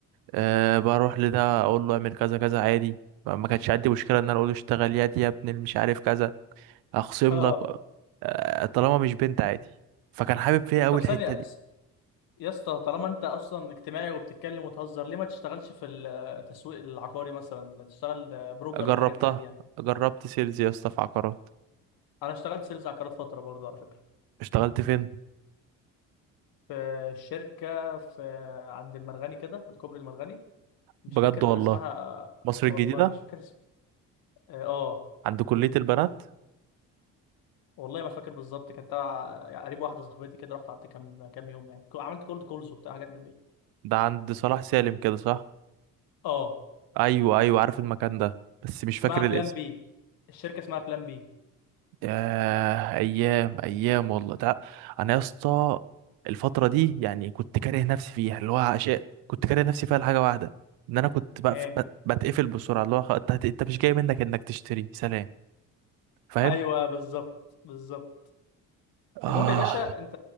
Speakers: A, on the right; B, on the left.
A: أه بروح لده اقول له اعمل كذا كذا عادي ما ما كانش عندي مشكلة ان انا اقول له اشتغل يدي يا ابني مش عارف كذا اخصم
B: اه
A: لك أه طالما مش بنت عادي فكان حابب فيا اوي
B: طب ثانيه
A: الحتة دي
B: س- يا اسطى طالما انت اصلا اجتماعي وبتتكلم وتهزر ليه ما تشتغلش في التسويق العقاري مثلا تشتغل بروكر
A: جربتها
B: والحاجات زي دي يعني
A: جربت سيلز يا اسطى في عقارات
B: انا اشتغلت سيلز عقارات فتره برضو على فكره
A: اشتغلت فين
B: في شركه في عند المرغني كده عند كوبري المرغني مش
A: بجد
B: فاكر
A: والله
B: اسمها
A: مصر
B: والله
A: الجديدة
B: مش فاكر اسم اه آه،
A: عند كلية البنات
B: والله ما فاكر بالظبط كانت تبع يعني قريب واحده صاحبتي كده رحت قعدت كام كام يوم يعني عملت كولد كولز وبتاع حاجات من دي
A: ده عند صلاح سالم كده صح
B: اه
A: ايوه ايوه عارف المكان ده بس مش
B: اسمها
A: فاكر
B: بلان
A: الاسم
B: بي الشركه اسمها بلان بي
A: ياه ايام ايام والله تع... انا يا اسطى الفترة دي يعني كنت كاره نفسي فيها اللي هو عشاء كنت كاره نفسي فيها لحاجة واحدة ان انا كنت بقف...
B: ايه
A: بت- بتقفل بسرعة اللي هو خ- انت انت مش جاي منك انك تشتري سلام فاهم
B: ايوه بالظبط بالظبط
A: اه
B: المهم يا باشا انت